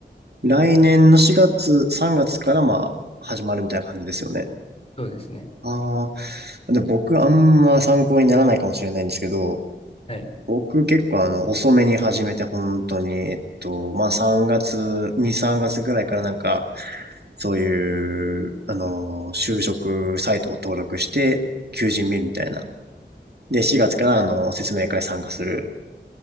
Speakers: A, on the right; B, on the left.
A: 来年の4月、3月からまあ、始まるみたいな感じですよね。
B: そうですね。
A: ああ、で僕あんま参考にならないかもしれないんですけど、
B: はい。
A: 僕結構あの、遅めに始めて本当に、えっと、まあ、3月、2、3月ぐらいからなんか、そういう、あの、就職サイトを登録して、求人見るみたいな。で、4月からあの、説明会参加する。